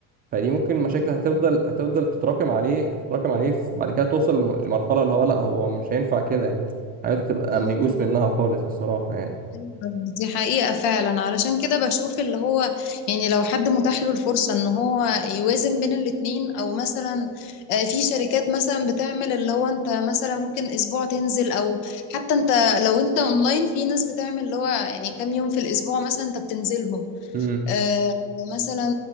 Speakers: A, on the right (about 20°); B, on the left (about 80°).
A: فدي ممكن مشاكل هتفضل هتفضل تتراكم عليه تتراكم عليه ف- بعد كده توصل لم- لمرحلة اللي هو لأ هو مش هينفع كده يعني حياته تبقى
B: مم.
A: ميؤوس منها خالص الصراحة يعني
B: أيوة، دي حقيقة فعلا علشان كده بشوف اللي هو يعني لو حد متاح له الفرصة ان هو يوازن بين الاتنين او مثلا آه، في شركات مثلا بتعمل اللي هو انت مثلا ممكن اسبوع تنزل او حتى انت لو انت اونلاين في ناس بتعمل اللي هو يعني كام يوم في الاسبوع مثلا انت بتنزلهم
A: امم
B: آه، مثلا